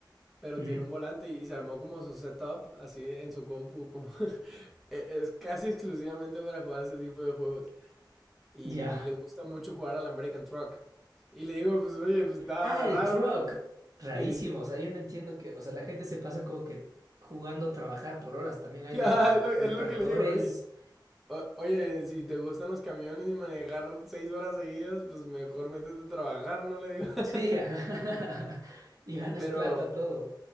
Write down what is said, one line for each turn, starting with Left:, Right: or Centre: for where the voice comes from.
Centre: pero
Right: Ujú.
Centre: tiene un volante y se armó como su setup así en su compu, como... <laughs> e- Es casi exclusivamente para jugar ese tipo de juegos. y
Right: Ya.
Centre: le gusta mucho jugar al American Truck. Y le digo, pues oye, pues está
Right: Ah, el
Centre: raro,
Right: truck.
Centre: ¿no?
Right: Rarísimo.
Centre: Sí, sí, sí.
Right: O sea, yo no entiendo que. O sea, la gente se pasa como que jugando a trabajar por horas. También hay
Centre: Sí,
Right: de,
Centre: <laughs> ah,
Right: tra-
Centre: es lo, es
Right: de
Centre: lo
Right: tractores.
Centre: que le digo, oye. o- oye, si te gustan los camiones y manejar seis horas seguidas, pues mejor métete a trabajar, ¿no? Le digo. <laughs>
Right: Sí, ajá. <laughs> Y ganas
Centre: Pero,
Right: plata, todo.